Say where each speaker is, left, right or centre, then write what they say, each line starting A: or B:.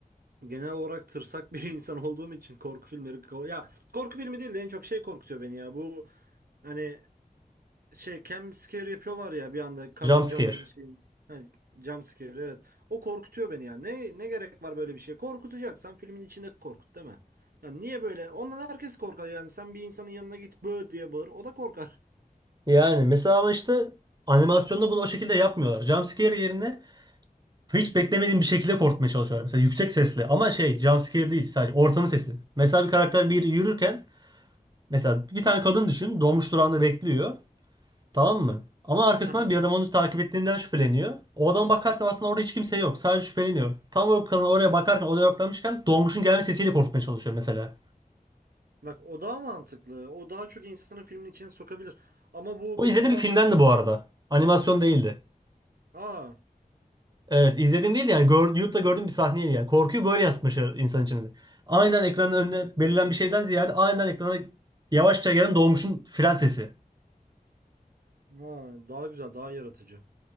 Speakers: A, on the right; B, on the right.
A: genel olarak tırsak bir <laughs> insan olduğum için korku filmleri kor- ya korku filmi değil de en çok şey korkutuyor beni ya. Bu hani şey cam scare yapıyorlar ya bir anda ka-
B: Jump scare.
A: camın şey ha, jump scare evet. O korkutuyor beni ya. Ne ne gerek var böyle bir şeye? Korkutacaksan filmin içinde korkut değil mi? Yani niye böyle? Ondan herkes korkar yani. Sen bir insanın yanına git bö diye bağır. O da korkar.
B: Yani mesela ama işte animasyonda bunu o şekilde yapmıyorlar. Jump scare yerine Hiç beklemediğim bir şekilde korkutmaya çalışıyorlar. Mesela yüksek sesle ama şey jumpscare değil sadece ortamın sesi. Mesela bir karakter bir yürürken mesela bir tane kadın düşün dolmuş durağında bekliyor tamam mı? Ama arkasından
A: <laughs>
B: bir adam onu takip ettiğinden şüpheleniyor. O adam bakarken aslında orada hiç kimse yok sadece şüpheleniyor. Tam o kadın oraya bakarken odaya odaklanmışken dolmuşun gelme sesiyle korkutmaya çalışıyor mesela.
A: Bak o daha mantıklı. O daha çok insanı filmin içine sokabilir. Ama bu
B: O
A: benim
B: izlediğim
A: bahsettiğim...
B: bir filmden de bu arada. Animasyon değildi.
A: Aa,
B: Evet izlediğim değil de yani gör, YouTube'da gördüğüm bir sahneydi yani. Korkuyu böyle yansıtmışlar insan içinde. Aynen ekranın önüne belirlen bir şeyden ziyade aynen ekrana yavaşça gelen doğmuşun fren sesi.
A: aa, daha güzel, daha yaratıcı.